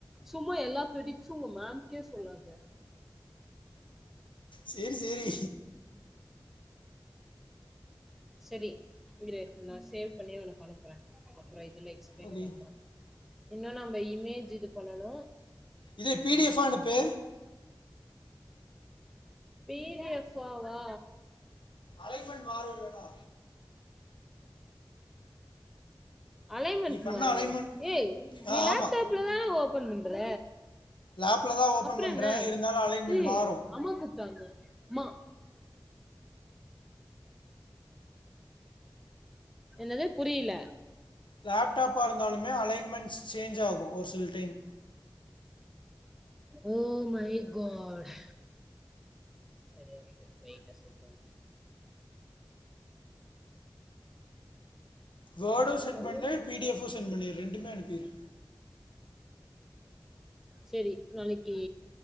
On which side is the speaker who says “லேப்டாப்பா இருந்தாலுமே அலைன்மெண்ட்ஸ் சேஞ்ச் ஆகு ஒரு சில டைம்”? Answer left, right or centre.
Left